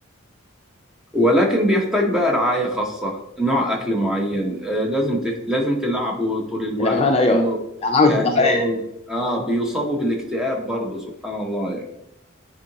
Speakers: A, in the centre; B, on the left.
A: ولكن بيحتاج بقى رعاية خاصة نوع أكل معين آه، لازم تهت... لازم تلعبه طول الوقت
B: للامانه ايوه
A: إنه
B: يعني انا مش
A: لأنه
B: متخيل
A: آه بيصابوا بالاكتئاب برضه سبحان الله يعني